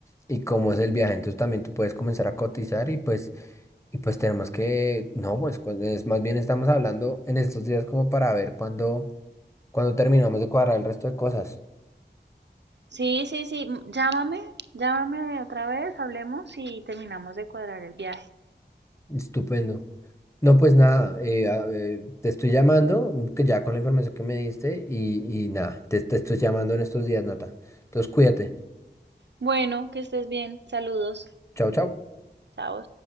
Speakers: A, on the left (about 15°); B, on the right (about 75°).
A: y cómo es el viaje. Entonces también tú puedes comenzar a cotizar y pues, y pues tenemos que, no, pues cu- es más bien estamos hablando en estos días como para ver cuándo, cuándo terminamos de cuadrar el resto de cosas.
B: Sí, sí, sí. m- Llámame, llámame otra vez, hablemos y terminamos de cuadrar el viaje.
A: Estupendo. No, pues nada, eh, a- eh, te estoy llamando, mm, que ya con la información que me diste y, y nada, te, te estoy llamando en estos días, Nata. Entonces cuídate.
B: Bueno, que estés bien. Saludos.
A: Chao, chao.
B: Chao.